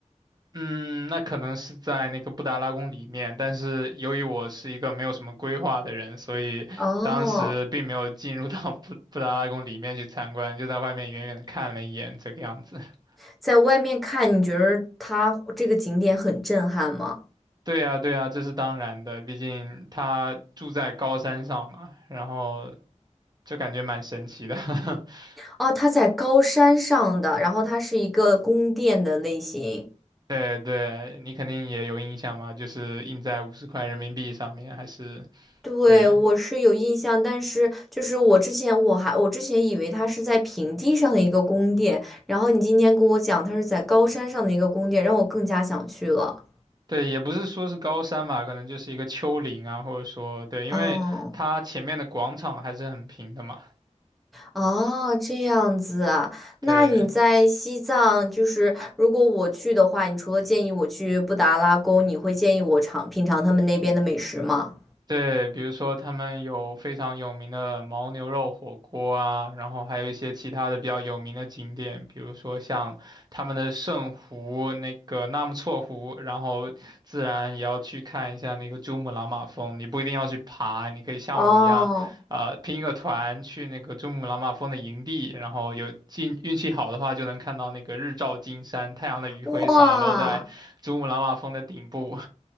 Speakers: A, on the right (about 35°); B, in the centre.
A: 嗯，那可能是在那个布达拉宫里面，但是由于我是一个没有什么规划的人，所以当时并没有进入到布布达拉宫里面去参观，
B: 哦，
A: 就在外面远远的看了一眼，这个样子。<laughs>
B: 在外面看，你觉得它这个景点很震撼吗？
A: 对呀，对呀，这是当然的，毕竟他住在高山上嘛，然后就感觉蛮神奇的。<laughs>
B: 哦，它在高山上的，然后它是一个宫殿的类型。
A: 对对，你肯定也有印象嘛，就是印在五十块人民币上面，还是
B: 对，
A: 对。
B: 我是有印象，但是就是我之前我还我之前以为它是在平地上的一个宫殿，然后你今天跟我讲它是在高山上的一个宫殿，让我更加想去了。
A: 对，也不是说是高山吧，可能就是一个丘陵啊，或者说对，因为它前面的广场还是很平的嘛。
B: 哦哦，这样子啊，
A: 对，
B: 那你在西藏，就是如果我去的话，你除了建议我去布达拉宫，你会建议我尝品尝他们那边的美食吗？
A: 对，比如说他们有非常有名的牦牛肉火锅啊，然后还有一些其他的比较有名的景点，比如说像他们的圣湖、那个纳木错湖，然后自然也要去看一下那个珠穆朗玛峰。你不一定要去爬，你可以像我一样，
B: 哦，
A: 呃，拼一个团去那个珠穆朗玛峰的营地，然后有运运气好的话，就能看到那个日照金山，太阳的余晖洒落在珠穆朗玛峰的顶部。
B: 哇。